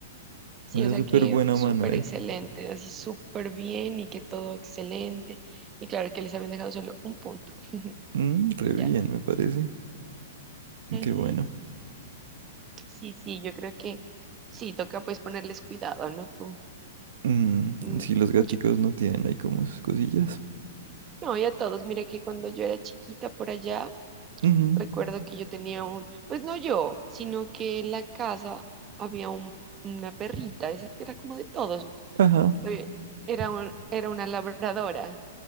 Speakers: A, on the right (about 20°); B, on the right (about 65°).
A: Sí,
B: O sea,
A: o sea
B: súper
A: que
B: buena
A: súper
B: mano ahí.
A: excelente, así súper bien y que todo excelente. Y claro que les habían dejado solo un punto <laughs>
B: Mm, re
A: y
B: bien,
A: ya.
B: me parece.
A: Ujú.
B: Qué bueno.
A: Sí, sí, yo creo que sí, toca pues ponerles cuidado, ¿no? Tú,
B: Mm,
A: Mm,
B: si los gaticos
A: yo-
B: no tienen ahí como sus cosillas.
A: no, y a todos, mira que cuando yo era chiquita por allá,
B: Ujú,
A: Recuerdo que yo tenía un, pues no yo, sino que en la casa había un- una perrita, esa que era como de todos.
B: Ajá.
A: eh, Era un, era una labradora,